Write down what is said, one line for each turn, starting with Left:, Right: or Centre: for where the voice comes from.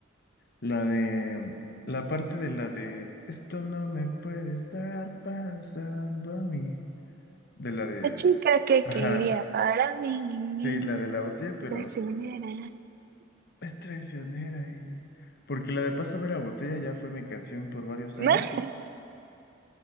Left: La de... La parte de la de... Esto no me puede estar pasando a mí. De la de...
Right: La chica que
Left: Ajá,
Right: quería para mí,
Left: sí, la de la botella, pero
Right: prisionera.
Left: es, es traicionera. Y... Porque la de Pásame la botella ya fue mi canción por varios años.
Right: <laughs>